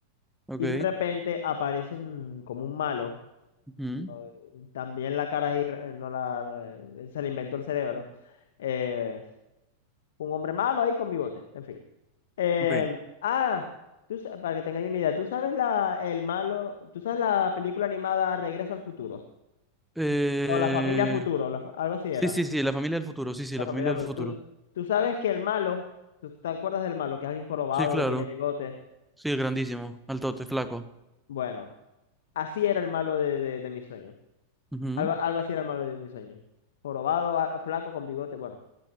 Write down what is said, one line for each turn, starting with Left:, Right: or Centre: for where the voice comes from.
Centre: ok,
Left: Y de repente aparece un, como un malo.
Centre: ujú,
Left: no, También la cara ahí, eh, no la, eh, se le inventó el cerebro. Eh, un hombre malo ahí con bigote, en fin. Eh,
Centre: ok.
Left: ah, tú sa- para que tengáis una idea, ¿tú sabes la, el malo, tú sabes la película animada Regreso al Futuro?
Centre: Eh,
Left: O La Familia Futuro, la- algo así
Centre: Sí,
Left: era.
Centre: sí, sí, la familia del futuro. Sí, sí,
Left: La
Centre: la
Left: Familia
Centre: familia del
Left: Futuro.
Centre: futuro.
Left: Tú, tú sabes que el malo, ¿tú te acuerdas del malo? Que es alguien jorobado,
Centre: Sí, claro.
Left: que tiene bigote.
Centre: Sí, grandísimo. Altote, flaco.
Left: Bueno, Así era el malo de, de, de mi sueño.
Centre: Ujú,
Left: Algo, algo así era el malo de mi sueño. Jorobado, a- flaco, con bigote, bueno.